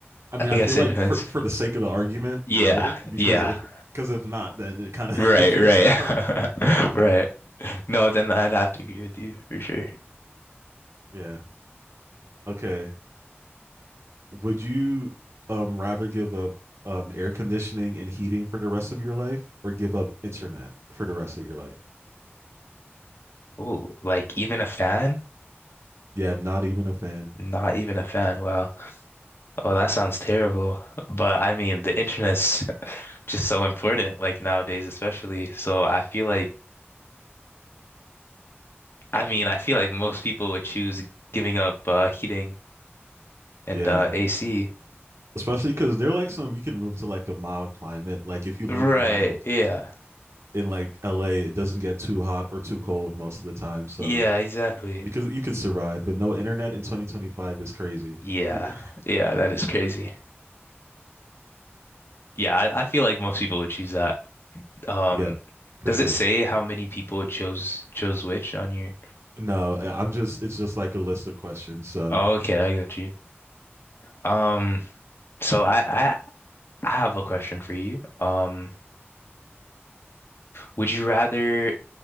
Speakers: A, on the right; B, on the left.
A: I mean,
B: I think
A: I feel
B: I said
A: like
B: hence.
A: for for the sake of the argument,
B: Yeah.
A: no, because
B: Yeah.
A: if because if not, then it kind of
B: Right.
A: <laughs> defeats
B: Right.
A: the purpose.
B: <laughs> Right. No, then I'd have to agree with you for sure.
A: Yeah. Okay. would you um rather give up um air conditioning and heating for the rest of your life or give up internet for the rest of your life?
B: Oh, like even a fan?
A: Yeah, not even a fan.
B: Not even a fan. Wow. Oh, that sounds terrible. But I mean, the internet's <laughs> just so important, like nowadays, especially. So I feel like, I mean, I feel like most people would choose giving up uh, heating and
A: Yeah.
B: uh, AC.
A: Especially because they're like some you can move to like a mild climate. Like if you live
B: Right.
A: in like
B: Yeah.
A: in like LA, it doesn't get too hot or too cold most of the time. So
B: Yeah, exactly.
A: you could you could survive, but no internet in 2025 is crazy.
B: Yeah.
A: Yeah,
B: Yeah, that is crazy. Yeah, I, I feel like most people would choose that. Um,
A: yeah, for
B: does
A: sure.
B: it say how many people chose chose which on your?
A: No, I- I'm just it's just like a list of questions. So
B: Oh, okay, I got you. Um, so I, I I have a question for you. Um, would you rather